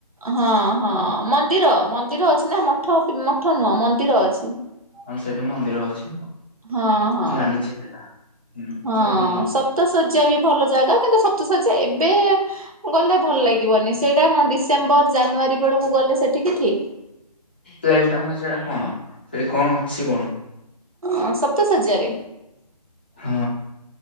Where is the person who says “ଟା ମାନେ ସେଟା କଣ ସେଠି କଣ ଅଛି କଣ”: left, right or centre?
Left